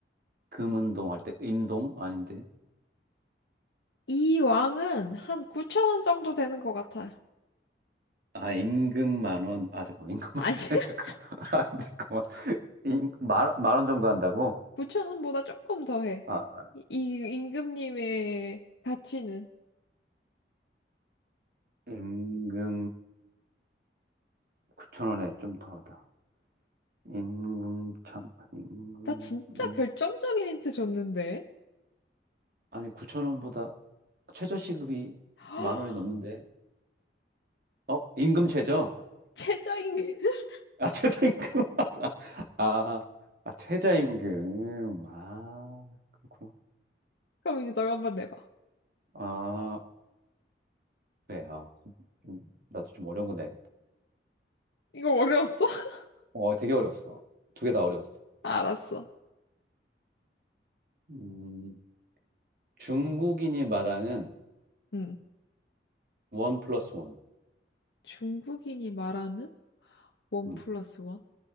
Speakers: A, on the right; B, on the left.
A: 금은동 할 때, 임동? 아닌데.
B: 이 왕은 한 9천 원 정도 되는 것 같아.
A: 아, 임금 만 원. 아, 잠깐만, 임금
B: 아니,
A: 만 원. <laughs> 잠깐만.
B: <laughs>
A: 아, 잠깐만. 임, 만, 만원 정도 한다고?
B: 9천 원보다 조금 더 해.
A: 아,
B: 이, 이 임금님의 가치는.
A: 임금 9천 원에 좀 더 하다. 임금 천, 임금,
B: 나 진짜
A: 임,
B: 결정적인 힌트 줬는데.
A: 아니 9천 원보다 최저 시급이
B: <gasps>
A: 만 원이 넘는데. 어, 임금 최저?
B: 최저임금. <laughs>
A: 아, <laughs> 최저임금. <laughs> 아, 아, 최저임금. 아, 그렇구나.
B: 그럼 이제 너가 한번 내봐.
A: 아, 그래. 아, 좀, 좀- 나도 좀 어려운 거 내야겠다.
B: 이거 어려웠어? <laughs>
A: 어, 되게 어려웠어. 두 개 다 어려웠어.
B: 알았어.
A: 음, 중국인이 말하는
B: 응.
A: 원 플러스 원.
B: 중국인이 말하는 원
A: 음,
B: 플러스 원?